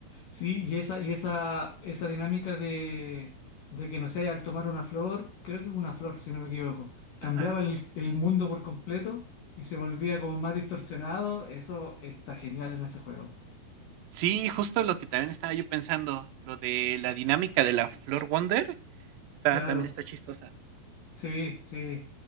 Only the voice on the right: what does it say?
Ajá.
Sí, justo lo que también estaba yo pensando, lo de la dinámica de la Flor Wonder está
también está chistosa.